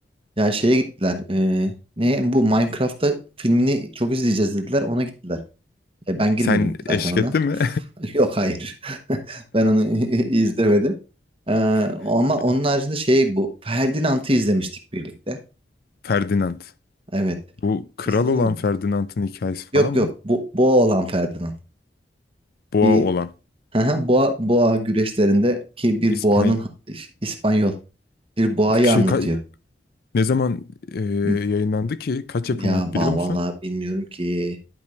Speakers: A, on the right; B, on the left.
A: Ya şeye gittiler. e, ne bu Minecraft'ta filmini çok izleyeceğiz dediler. Ona gittiler. E, ben girmedim
B: Sen
A: zaten
B: eşlik
A: ona.
B: ettin mi?
A: <laughs> Yok hayır. <laughs> Ben onu <laughs> izlemedim. Ee, ama
B: <laughs>
A: onun haricinde şey bu. Ferdinand'ı izlemiştik birlikte.
B: Ferdinand.
A: Evet.
B: Bu kral
A: İzledin
B: olan
A: mi?
B: Ferdinand'ın hikayesi falan
A: Yok
B: mı?
A: yok. Bu, bu olan Ferdinand.
B: Boğa
A: Bir
B: olan
A: Hı hı, Boğa, boğa güreşlerinde ki bir
B: İspanya
A: boğanın İspanyol bir boğayı
B: şey
A: anlatıyor.
B: ka- ne zaman eee,
A: Hı.
B: yayınlandı ki? Kaç yapımı
A: Ya
B: at
A: ba
B: biliyor musun?
A: vallahi bilmiyorum ki.